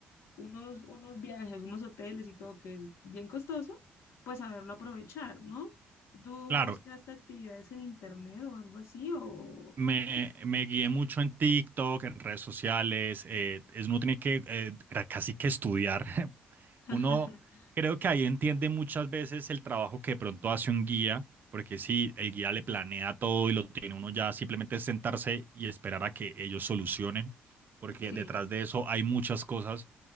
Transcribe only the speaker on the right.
Claro,
me, me guié mucho en TikTok, en redes sociales. eh, es, uno tiene que eh, casi que estudiar <laughs>
Uno creo que ahí entiende muchas veces el trabajo que de pronto hace un guía, porque si el guía le planea todo y lo tiene uno ya, simplemente es sentarse y esperar a que ellos solucionen, porque
detrás de eso hay muchas cosas